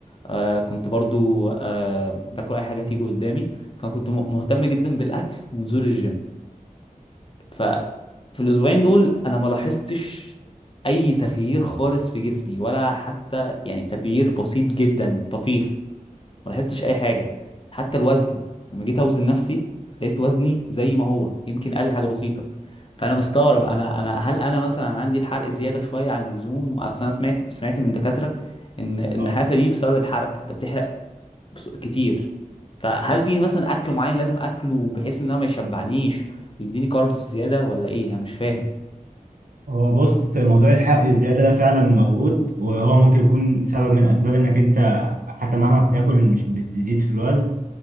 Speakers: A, on the left (about 40°); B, on the right (about 80°).
A: آه، كنت برضو آه، باكل اي حاجه تيجي قدامي فكنت م- مهتم جدا بالاكل ونزول الجيم ففي الاسبوعين دول انا ما لاحظتش اي تغيير خالص في جسمي ولا حتى يعني تغيير بسيط جدا طفيف ما لاحظتش اي حاجه حتى الوزن لما جيت اوزن نفسي لقيت وزني زي ما هو يمكن قل حاجه بسيطه فانا مستغرب انا انا هل انا مثلا عندي الحرق زياده شويه عن اللزوم اصل انا سمعت سمعت من دكاتره ان النحافه
B: اه
A: دي بسبب الحرق انت بتحرق بس- كتير فهل في مثلا اكل معين لازم اكله بحيث ان انا ما يشبعنيش ويديني كاربس زياده ولا ايه انا مش فاهم
B: هو بص موضوع الحرق الزيادة ده فعلا موجود وهو ممكن يكون سبب من أسباب إنك أنت حتى مهما بتاكل مش بتزيد في الوزن